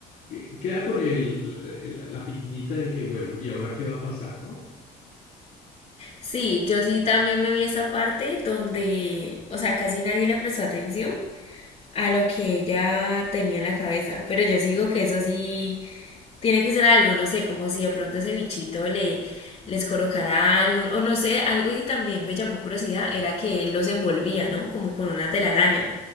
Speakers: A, on the left; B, on the left.
A: eh, queda con el, el- la piquiñita de que, bueno, ¿y ahora qué va a pasar, no?
B: Sí, yo sí también me vi esa parte donde, o sea, casi nadie le prestó atención a lo que ella tenía en la cabeza, pero yo sigo que eso sí, Tiene que ser algo, no sé, como si de pronto ese bichito le, les colocara algo, o no sé, algo que también me llamó curiosidad era que él los envolvía, ¿no? Como con una telaraña.